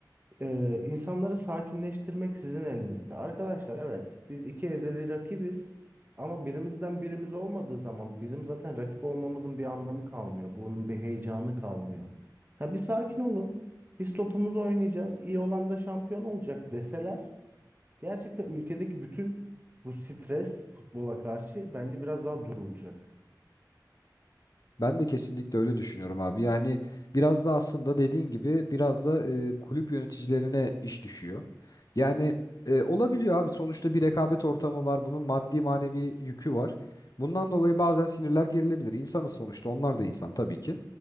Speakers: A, on the right; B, on the left.
A: ee, insanları sakinleştirmek sizin elinizde. Arkadaşlar evet biz iki ezeli rakibiz ama birimizden birimiz olmadığı zaman bizim zaten rakip olmamızın bir anlamı kalmıyor. Bunun bir heyecanı kalmıyor. Ha bir sakin olun. Biz topumuzu oynayacağız. iyi olan da şampiyon olacak deseler gerçekten ülkedeki bütün bu stres futbola karşı bence biraz daha durulacak.
B: Ben de kesinlikle öyle düşünüyorum abi. Yani biraz da aslında dediğin gibi biraz da e, kulüp yöneticilerine iş düşüyor. Yani e, olabiliyor abi sonuçta bir rekabet ortamı var. Bunun maddi manevi yükü var. Bundan dolayı bazen sinirler gerilebilir. İnsanız sonuçta onlar da insan tabii ki.